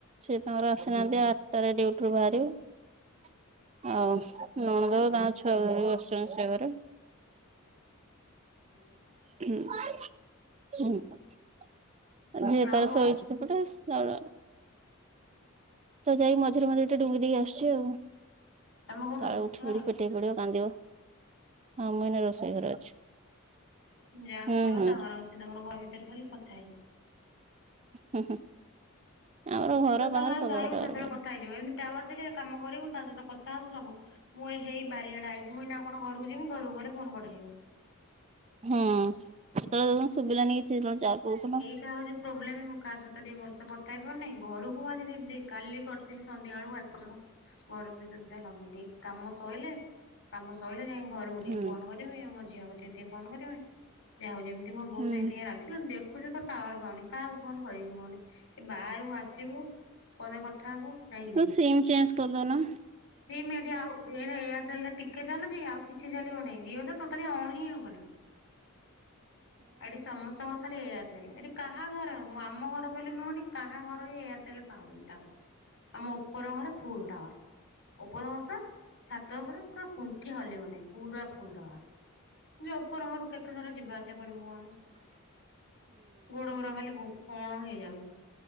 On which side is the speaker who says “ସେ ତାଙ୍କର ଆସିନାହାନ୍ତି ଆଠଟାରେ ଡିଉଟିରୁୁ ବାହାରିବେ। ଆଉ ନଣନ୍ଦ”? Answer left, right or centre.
Right